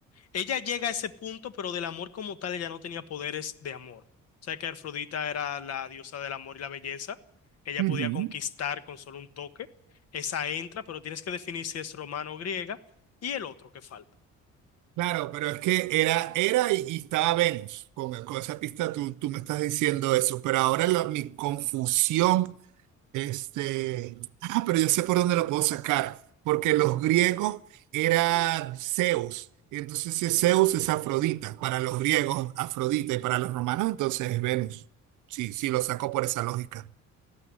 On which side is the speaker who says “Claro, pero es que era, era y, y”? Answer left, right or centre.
Right